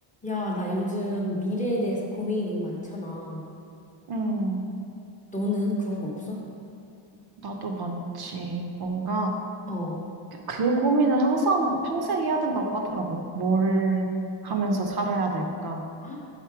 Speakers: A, on the left (about 15°); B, on the right (about 50°).
A: 야, 나 요즘 미래에 대해서 고민이 너무 많잖아.
B: 응
A: 너는 그런 거 없어?
B: 나도 많지 뭔가
A: 어. <gasps>
B: 그 고민은 항상 평생 해야 된다고 하더라고 뭘 하면서 살아야 될까
A: 아,